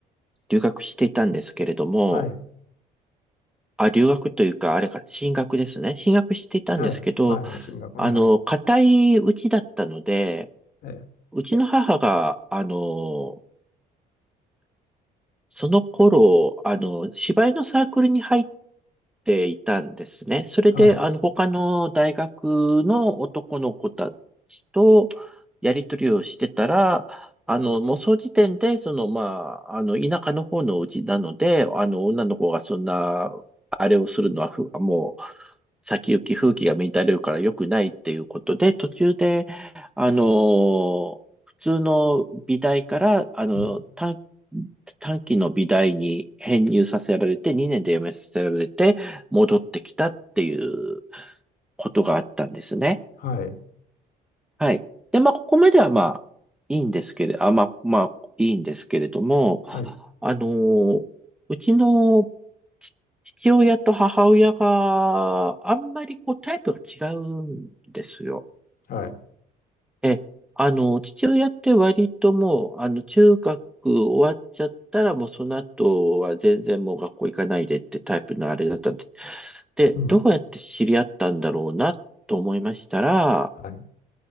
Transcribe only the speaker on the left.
はい
はいはい進学ねはい
えー
はあ
うん
はい
はい
はい
うん
はい